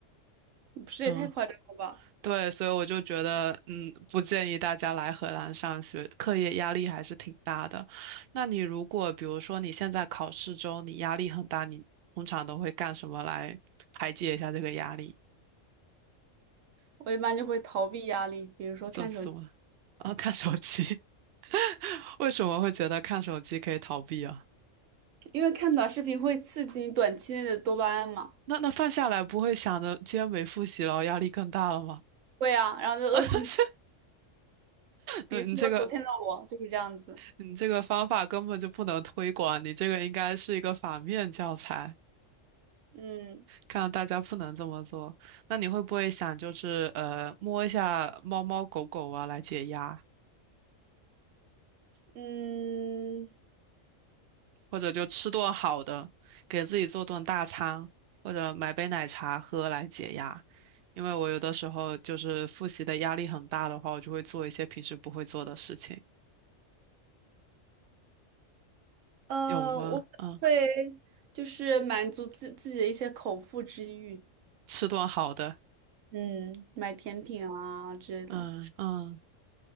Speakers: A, on the right; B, on the right.
A: 不是也太夸张了吧？
B: 嗯。对，所以我就觉得，嗯，不建议大家来荷兰上学，课业压力还是挺大的。那你如果比如说你现在考试中你压力很大，你通常都会干什么来排解一下这个压力？
A: 我一般就会逃避压力，比如说看手。
B: 做什么？
A: 机。
B: 啊，看手机。<laughs> 为什么会觉得看手机可以逃避啊？
A: 因为看短视频会刺激你短期内的多巴胺嘛，
B: 那那放下来不会想着今天没复习了，压力更大了吗？
A: 会啊，然后就恶性循
B: <laughs>
A: 比如说昨天的我就是这样子，
B: 嗯，你这个你这个方法根本就不能推广，你这个应该是一个反面教材。
A: 嗯
B: 看到大家不能这么做，那你会不会想就是呃摸一下猫猫狗狗啊来解压，
A: 嗯
B: 或者就吃顿好的，给自己做顿大餐，或者买杯奶茶喝来解压？因为我有的时候就是复习的压力很大的话，我就会做一些平时不会做的事情，
A: 呃，
B: 有吗？
A: 我可能会就是满足自自己的一些口腹之欲，
B: 嗯，吃顿好的，
A: 嗯，买甜品啊之类的，
B: 嗯嗯。